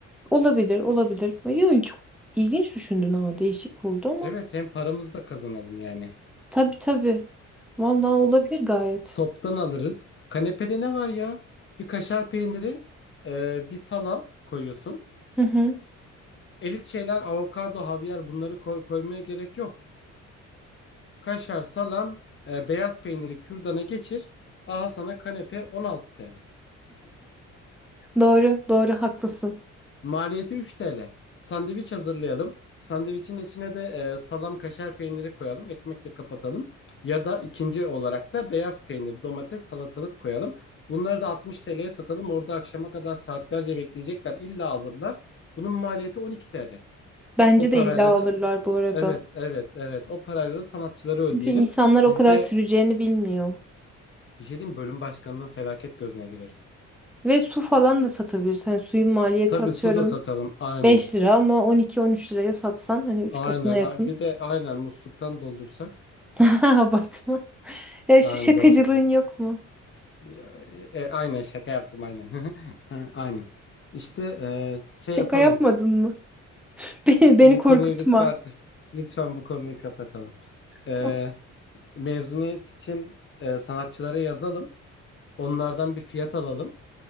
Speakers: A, in the centre; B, on the left.
A: Olabilir, olabilir. Yo, çok ilginç düşündün ha. Değişik oldu ama.
B: Evet, hem paramızı da kazanalım yani.
A: Tabii tabii. Vallahi olabilir gayet.
B: Toptan alırız. Kanepede ne var ya? Bir kaşar peyniri, e, bir salam koyuyorsun.
A: Hı hı.
B: Elit şeyler avokado, havyar bunları koy, koymaya gerek yok. Kaşar, salam, e, beyaz peyniri kürdana geçir. Aha sana kanepe 16 TL.
A: Doğru, doğru haklısın.
B: Maliyeti 3 TL. Sandviç hazırlayalım. Sandviçin içine de e, salam kaşar peyniri koyalım. Ekmekle kapatalım. Ya da ikinci olarak da beyaz peynir, domates, salatalık koyalım. Bunları da 60 TL'ye satalım. Orada akşama kadar saatlerce bekleyecekler. İlla alırlar. Bunun maliyeti 12 TL.
A: Bence
B: O
A: de
B: parayla
A: illa alırlar
B: da
A: bu arada.
B: evet evet evet o parayla da sanatçıları ödeyelim.
A: Çünkü insanlar o
B: Biz
A: kadar
B: de
A: süreceğini bilmiyor.
B: bir şey diyeyim mi? bölüm başkanının felaket gözüne gireriz.
A: Ve su falan da satabilirsin. Hani suyun maliyeti
B: Tabii
A: atıyorum
B: su da satalım aynen.
A: beş lira ama on iki on üç liraya satsan hani 3
B: Aynen.
A: katına yakın.
B: A- Bir de aynen musluktan doldursak.
A: <laughs> Abartma. Ya
B: Aynen
A: şu şakacılığın
B: doğrudur.
A: yok mu?
B: Ya, e, e, aynen şaka yaptım aynen. <laughs> Ha, Aynen. İşte e, şey
A: Şaka
B: yapalım.
A: yapmadın mı? <laughs> Beni, beni
B: Bu
A: korkutma.
B: konuyu lütfen lütfen bu konuyu kapatalım. E,
A: Tamam.
B: mezuniyet için e, sanatçılara yazalım. Onlardan bir fiyat alalım.